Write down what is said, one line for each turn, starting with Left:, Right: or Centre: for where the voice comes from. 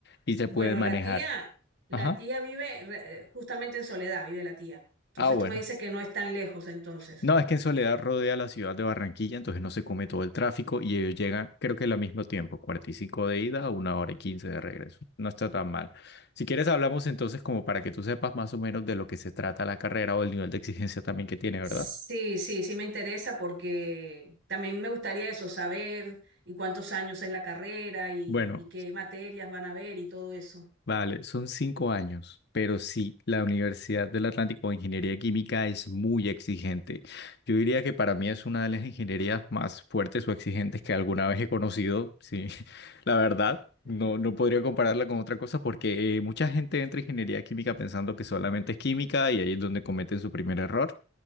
Left: y se
Right: Bueno,
Left: puede manejar.
Right: la tía, la
Left: Ajá.
Right: tía vive re- eh, justamente en Soledad, vive la tía. Entonces
Left: Ah, bueno.
Right: tú me dices que no es tan lejos, entonces.
Left: No, es que en Soledad rodea la ciudad de Barranquilla, entonces no se come todo el tráfico y ellos llegan, creo que al mismo tiempo, 45 de ida, una hora y 15 de regreso. No está tan mal. Si quieres, hablamos entonces como para que tú sepas más o menos de lo que se trata la carrera o el nivel de exigencia también que tiene,
Right: Sí,
Left: ¿verdad?
Right: sí, sí me interesa porque también me gustaría eso, saber y cuántos años es la carrera y,
Left: Bueno,
Right: y qué materias van a ver y todo eso.
Left: Vale, son cinco años, pero sí, la Universidad del Atlántico de Ingeniería Química es muy exigente. Yo diría que para mí es una de las ingenierías más fuertes o exigentes que alguna vez he conocido, sí, <laughs> la verdad. No,
Right: Mm.
Left: no podría compararla con otra cosa porque eh, mucha gente entra a ingeniería química pensando que solamente es química y ahí es donde cometen su primer error.